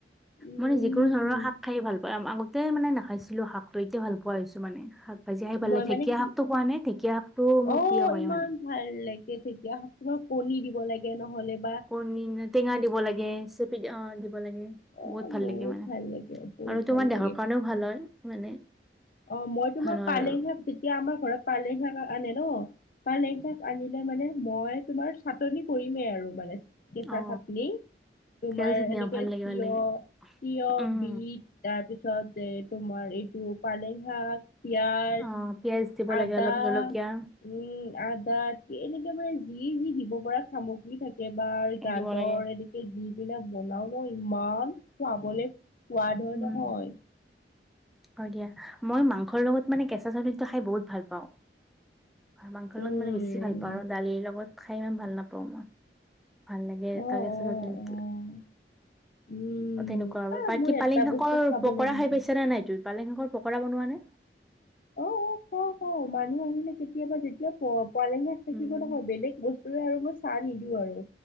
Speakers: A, on the left (about 50°); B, in the centre.
A: উম
B: মানে যিকোনো ধৰণৰ শাক খাই ভাল পায় আগত তে মানে নাখাইছিলো শাকটো এতিয়া ভাল পোৱা হৈছো মানে শাক ভাজি খাই ভাল
A: মই
B: লাগে
A: মানে
B: ঢেঁকীয়া
A: কি
B: শাকটো খোৱা নে ঢেঁকীয়া শাকটো মোৰ
A: অ
B: প্ৰিয় হয়
A: ইমান
B: মানে।
A: ভাল লাগে ঢেকীয়া শাকৰ কণী দিব লাগে নহ'লে বা
B: কণী টেঙা দিব লাগে চেপি দিব লাগে
A: অ
B: বহুত ভাল লাগে মানে।
A: ভাল লাগে বহুত
B: আৰু তোমাৰ
A: ভাল লাগে
B: দেহৰ কাৰণেও ভাল হয় মানে।
A: অ মই তোমাৰ
B: ভাল হয়
A: পালেং
B: আৰু
A: শাক যেতিয়া আমাৰ ঘৰত পালেং শাক আনে ন পালেং শাক আনি লেমানে মই তোমাৰ চাটনি কৰিমেই আৰু মানে কেঁচা
B: অ
A: চাটনি তোমাৰ
B: কেল চাটনি
A: এনেকে
B: অ ভাল
A: তিয়
B: লাগে ভাল লাগে
A: তিয়
B: উম
A: বিট তাৰপিছত ছতে তোমাৰ এইটো পালেং শাক পিয়াজ
B: অ পিয়াজ দিব
A: আদা
B: লাগে অলপ জলকীয়া
A: উম আদা <unintelligible> এনেকে মানে যি যি দিব পৰা সামগ্ৰী থাকে একেবাৰে গাজৰ
B: দিব লাগে
A: এনেকে দি পিনে বনাও ন ইমান খোৱাবলে সোৱাদ হয়
B: উম
A: নহয়
B: হয় দিয়া মই মাংসৰ লগত মানে কেঁচা চব্জি টো খাই বহুত ভাল পাওঁ। মাংসৰ
A: উম,
B: লগত মানে বেছি ভাল পাওঁ আৰু দালিৰ লগত খাই ইমান ভাল নাপাওঁ মই। ভাল লাগে
A: অ',
B: তাকে
A: অ',
B: <unintelligible>
A: অ', উম,
B: অ তেনেকুৱা আৰু
A: আ
B: বাকী
A: মোৰ
B: পালিং
A: এটা
B: শাকৰ
A: বস্তু খাবলৈ
B: পকৰা
A: মন
B: খাই পাইছ নে নাই তু পালেং শাকৰ পকৰা বনোৱা নে?
A: অ, অ, অ পাওঁ অ, মানুহ আহিলে কেতিয়াবা যেতিয়া পোৱালিহেত থাকিব
B: উম।
A: নহয় বেলেগ বস্তু তুমি আৰু মই চাহ নিদিওঁ আৰু